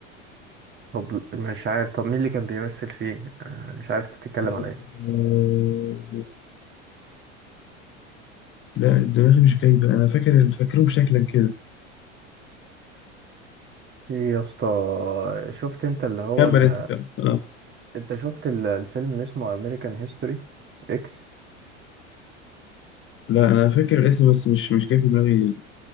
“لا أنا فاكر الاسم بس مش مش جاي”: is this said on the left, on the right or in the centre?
Left